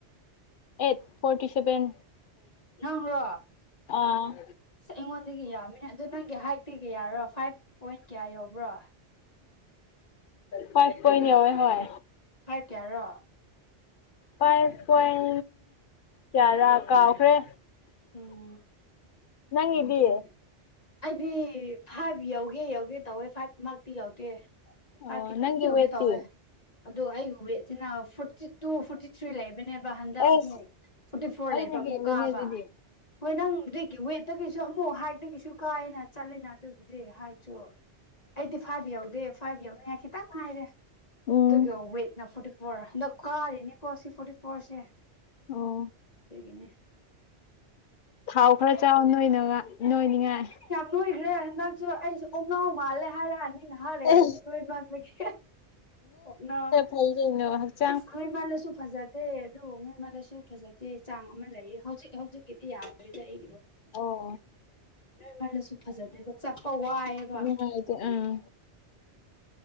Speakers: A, on the left; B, on the left.
A: ꯑꯩꯠ ꯐꯣꯔꯇꯤ ꯁꯦꯚꯦꯟ
B: ꯌꯥꯝ꯭ꯔ
A: ꯑꯥ
B: ꯑꯁ ꯑꯩꯉꯣꯟꯗꯒꯤ ꯌꯥꯃꯤꯅꯦ ꯑꯗꯨꯣ ꯅꯪꯒꯤ ꯍꯥꯏꯠꯇꯒꯤ ꯌꯥꯔꯣ ꯐꯥꯏꯚ ꯄꯣꯏꯟ ꯀꯌꯥ ꯌꯧꯕ꯭ꯔꯣ
A: ꯐꯥꯏ ꯀꯣꯏꯅꯤꯋꯥꯣꯏ ꯍꯣꯏ
B: ꯍꯥꯏ ꯀꯌꯥꯔꯣ
A: ꯐꯥꯏꯚ ꯄꯣꯏꯟ ꯀꯌꯥꯗꯥ ꯀꯥꯎꯈ꯭ꯔꯦ꯫
B: ꯎꯝ
A: ꯅꯪꯒꯤꯗꯤ
B: ꯑꯣ ꯑꯗꯨꯗꯤ ꯑꯩꯗꯤ ꯐꯥꯏꯚ ꯌꯧꯒꯦ ꯌꯧꯒꯦ ꯇꯧꯋꯦ ꯐꯥꯏꯚ ꯃꯥꯛꯇꯤ ꯌꯥꯎꯗꯦ
A: ꯑꯣ
B: ꯍꯥꯏꯈꯤ ꯇꯅꯤ
A: ꯅꯪꯒꯤ
B: ꯌꯧꯒꯦ
A: ꯋꯦꯠꯇꯤ
B: ꯇꯧꯋꯦ꯫ ꯑ ꯑꯩꯒꯤ ꯋꯦꯠꯁꯤꯅ ꯐꯣꯔꯇꯤ ꯇꯨ ꯐꯣꯔꯇꯤ ꯊ꯭ꯔꯤ ꯂꯩꯕꯅꯦ꯫ ꯍꯟꯗꯛ
A: ꯑꯦꯁ
B: ꯑꯃꯨꯛ ꯐꯣꯔꯇꯤ ꯐꯣꯔ
A: ꯑꯩꯅ
B: ꯂꯩꯕ ꯑꯃꯨꯛ
A: ꯍꯦꯜꯂꯤꯅꯦ
B: ꯀꯥꯕ
A: ꯑꯗꯨꯗꯤ
B: ꯍꯣꯏ ꯅꯪ ꯋ ꯑ ꯇ ꯀꯁꯨ ꯑꯃꯨꯛ ꯍꯥꯏꯒꯤꯁꯨ ꯀꯥꯏꯦꯅ ꯆꯠꯂꯤꯦꯅ ꯑꯗꯨꯕꯨꯗꯤ ꯍꯥꯏꯁꯨ ꯑꯩꯗꯤ ꯐꯥꯏꯚ ꯌꯧꯗꯦ ꯐꯥꯏꯚ ꯌꯧꯅꯤꯡꯉꯥꯏ ꯈꯤꯇꯪ ꯉꯥꯏꯔꯦ
A: ꯎꯝ
B: ꯑꯗꯨꯒꯤ ꯋꯦꯠꯅ ꯐꯣꯔꯇꯤ ꯐꯣꯔ ꯍꯟꯗꯛ ꯀꯥ ꯏꯅꯤ ꯀꯣꯁꯤ ꯐꯣꯔꯇꯤ ꯐꯣꯔꯁꯦ꯫
A: ꯑꯣ
B: ꯏꯗꯒꯤꯅꯦ꯫
A: ꯊꯥꯎ ꯈꯔ ꯆꯥꯎ ꯅꯣꯏꯅꯤꯡꯉꯥꯏ꯫
B: ꯌꯥꯝ ꯂꯨꯈ꯭ꯔꯦ ꯅꯪꯁꯨ ꯑꯩꯁꯨ ꯑꯣꯝ ꯅꯧ ꯃꯥꯜꯂꯦ ꯍꯥꯏꯔꯛꯑꯅꯤ꯫ ꯑꯩ ꯅꯍꯥ ꯂꯩꯔꯗꯤ
A: ꯑꯦ
B: ꯅꯣꯏ ꯏꯃꯥꯟꯒꯦ ꯀꯣꯛꯅ꯫
A: ꯍꯩꯒꯅꯣ꯫
B: ꯑꯁ ꯅꯣꯏ ꯃꯥꯜꯂꯁꯨ ꯐꯖꯗꯦ ꯑꯗꯨ ꯅꯣꯏ ꯃꯥꯜꯂꯦꯁꯨ ꯍ ꯐꯖꯗꯦ꯫ ꯆꯥꯡ ꯑꯃ ꯂꯩꯌꯦ ꯍꯧꯖꯤꯛ ꯍꯧꯖꯤꯛꯀꯤꯗꯤ ꯌꯥꯗꯣꯏꯗꯤ ꯑꯩ
A: ꯑꯣ
B: ꯅꯣꯏꯃꯜꯂꯁꯨ ꯐꯖꯗꯦꯕ ꯆꯠꯄ ꯋꯥꯏꯑꯕ
A: ꯅꯨꯡꯉꯥꯏꯇꯦ ꯑꯥ